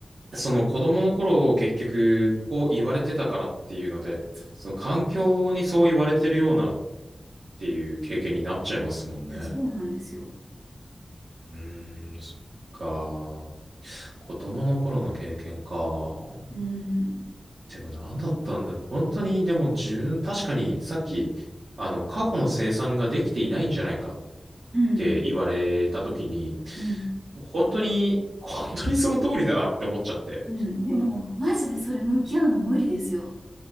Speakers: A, on the right; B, on the right.
A: その子供の頃結局こう言われてたからっていうので、
B: そうそ
A: その環境にそう言われてるようなっていう経験になっちゃいますもんね。
B: ういや、そうなんですよ。
A: うーん、そっか。子供の頃の経験か。
B: うん。
A: でも何だったんだろう。本当に、でも自分、確かにさっき、あの、過去の生産ができていないんじゃないかっ
B: うん。
A: て言われた時に、
B: うん。
A: 本当に、本当にその通りだなって思っちゃって。
B: うん、でも、マジでそれ向き合うの無理ですよ。